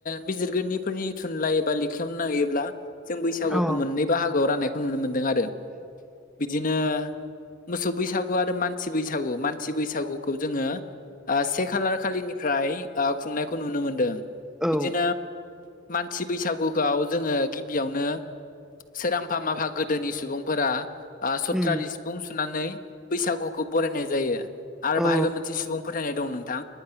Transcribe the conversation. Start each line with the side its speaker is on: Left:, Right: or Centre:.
Left: बिजिगिरिफोरनि थुनलाइ एबा लेखायावनो नायोब्ला जों बैसागुखौ
Centre: औ ओं
Left: मोननै बाहागोआव राननायखौ नुनो मोनदों आरो बिदिनो मोसौ बैसागु आरो मानसि बैसागु मानसि बैसागुखौ जोङो ओ से खालार खालिनिफ्राय ओ खुंनायखौ नुनो मोनदों।
Centre: ओं औ
Left: बिदिनो मानसि बैसागुखौ जोङो गिबियावनो सोरांफा माफा गोदोनि सुबुंफोरा ओ सथ्रालि
Centre: उम
Left: सिफुं सुनानै बैसागुखौ जों बयबो ऊएूबरायनाय जायो आरो
Centre: औ
Left: बाहायबो मोनसे सुबुं फोथायनाय दं नोंथां